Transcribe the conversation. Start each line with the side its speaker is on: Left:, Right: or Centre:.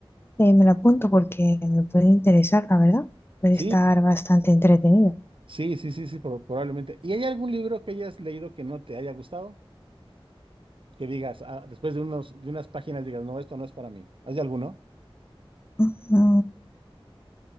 Left: eh, me lo apunto porque me puede interesar, la verdad. Puede
Right: Sí,
Left: estar bastante entretenido.
Right: Sí, sí, sí, sí, pro- probablemente. ¿Y hay algún libro que hayas leído que no te haya gustado? Que digas, ah, después de unos, de unas páginas digas, no, esto no es para mí. ¿Hay alguno?
Left: Ujú.